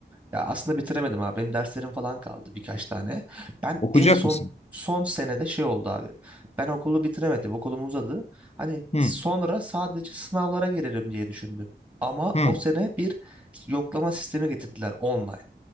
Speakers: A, on the right; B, on the left.
A: Ya aslında bitiremedim abi. Benim derslerim falan kaldı birkaç tane. Ben
B: Okuyacak
A: en son
B: mısın?
A: son senede şey oldu abi. Ben okulu bitiremedim. Okulum uzadı. Hani
B: Hı,
A: sonra sadece sınavlara girerim diye düşündüm. Ama
B: hı,
A: o sene bir yoklama sistemi getirdiler online.